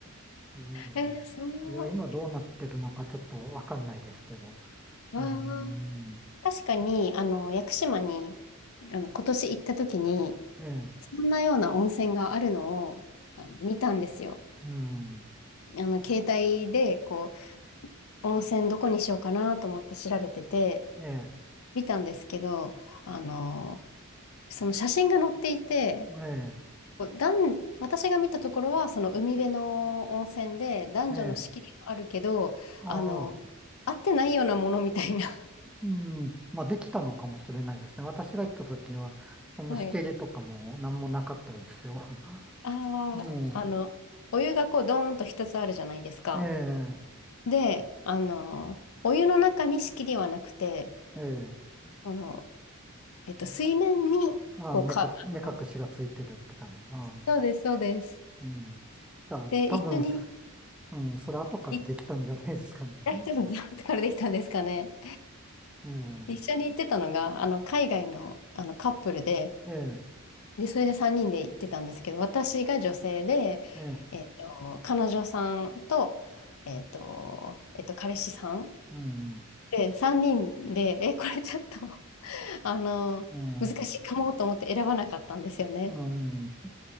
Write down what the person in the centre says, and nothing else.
うん。
いや、今どうなってるのかちょっとわかんないですけど。
うん。
ええ、
うん。
ええ、
ええ、
ええ、あ
あ。
うん。まあ、できたのかもしれないですね。私が行った時には、そんな仕切りとかも何もなかったですよ。
<laughs>
ええ、
ええ、
ええ。
ああ、
目か、
目隠しがついてるって感じ。
はい
うん。じゃあ、
多分、
うん、それ後からできたんじゃないですかね。
ええ、
ええ、
ええ、
うん、
うん、
うん、う